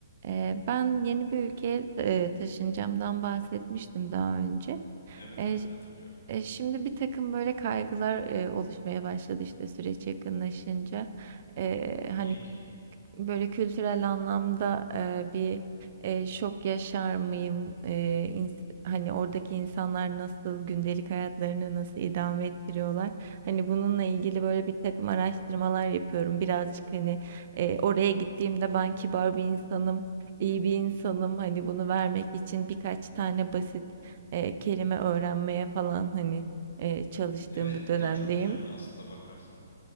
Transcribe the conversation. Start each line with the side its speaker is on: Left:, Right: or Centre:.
Right: Eee, ben yeni bir ülkeye eee, taşınacağımdan bahsetmiştim daha önce.
Left: Evet
Right: E,
Left: evet
Right: ş-
Left: hatırlıyorum.
Right: e, şimdi bir takım böyle kaygılar e, oluşmaya başladı işte süreç yakınlaşınca. E,
Left: Aa
Right: hani
Left: niye ki?
Right: böyle kültürel anlamda e, bir e, şok yaşar mıyım? E, ins- hani oradaki insanlar nasıl, gündelik hayatlarını nasıl idame ettiriyorlar? Hani bununla ilgili böyle bir takım araştırmalar yapıyorum. Birazcık hani e, oraya gittiğimde ben kibar bir insanım, iyi bir insanım. Hani bunu vermek için birkaç tane basit Eee, kelime öğrenmeye falan, hani, eee, çalıştığım
Left: Evet
Right: bir dönemdeyim.
Left: bunlar çok önemli aslında bakarsan.